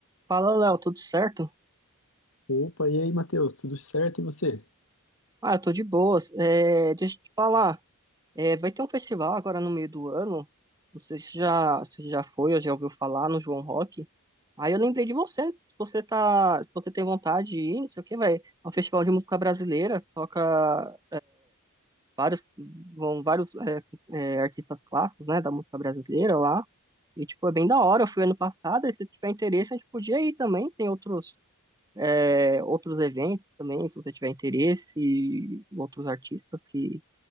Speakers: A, on the right (about 15°); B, on the left (about 70°).
A: Fala, Léo, tudo certo?
B: Opa, e aí, Matheus, tudo certo e você?
A: Ah, eu tô de boas. É, deixa eu te falar, é, vai ter um festival agora no meio do ano. Não sei se já, se já foi ou já ouviu falar no João Rock. Aí eu lembrei de você. Se você tá, se você tem vontade de ir, não sei o que, vai. É um festival de música brasileira. Toca vários, vão vários é, é, artistas clássicos, né, da música brasileira lá. E tipo é bem da hora. Eu fui ano passado. E se tiver interesse, a gente podia ir também. Tem outros é, outros eventos também, se você tiver interesse, outros artistas que,